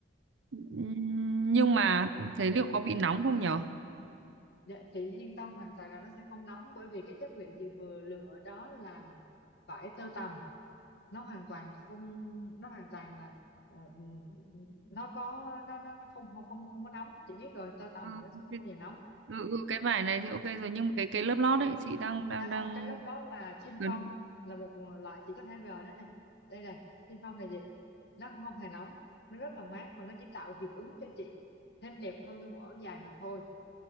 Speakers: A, on the right; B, on the left.
A: ừ, nhưng mà thế liệu có bị nóng không nhở
B: dạ, chị yên tâm hoàn toàn là nó sẽ không nóng bởi vì cái chất liệu chị vừa lựa đó là vải tơ tằm nó hoàn toàn không nó hoàn toàn là là, ừ, nó có nó nó nó không không không không có nóng chị biết rồi tơ tằm
A: Ờ,
B: là nó sẽ không
A: cái-
B: bao giờ nóng
A: ừ, ừ, cái vải này thì ok rồi nhưng mà cái cái lớp lót ấy chị đang đang
B: À
A: đang
B: không, cái lớp lót là chin
A: cấn
B: phong là một loại chỉ có thể g đó nè. Đây này, chin phong này chị. Nó cũng không hề nóng, nó rất là mát và nó chỉ tạo hiệu ứng cho chị thêm đẹp hơn cái bộ áo dài mà thôi.